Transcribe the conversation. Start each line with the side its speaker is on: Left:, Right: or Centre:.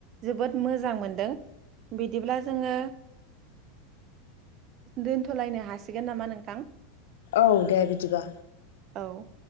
Right: जोबोद मोजां मोन दों बिदिब्ला जोङो दोनथ'लायनो हासिगोन नामा नोंथां
Left: औ दे बिदिबा
Right: औ